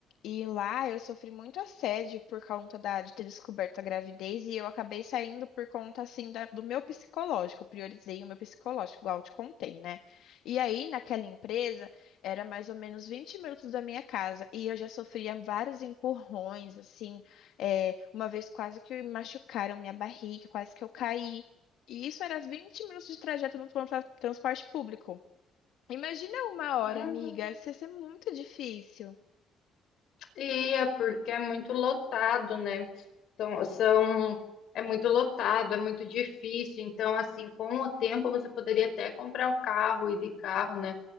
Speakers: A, on the left; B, on the left.
A: E lá eu sofri muito assédio por conta da- de ter descoberto a gravidez e eu acabei saindo por conta, assim, da- do meu psicológico. Eu priorizei o meu psicológico, igual eu te contei, né? E aí, naquela empresa, era mais ou menos 20 minutos da minha casa e eu já sofria vários empurrões, assim. É, uma vez quase que machucaram minha barriga, quase que eu caí. E isso era 20 minutos de trajeto no tran- transporte público. Imagina uma hora,
B: Hum,
A: amiga, isso ia ser muito difícil.
B: ia, porque é muito lotado, né? São, são, é muito lotado, é muito difícil. Então, assim, com o tempo você poderia até comprar um carro, ir de carro, né?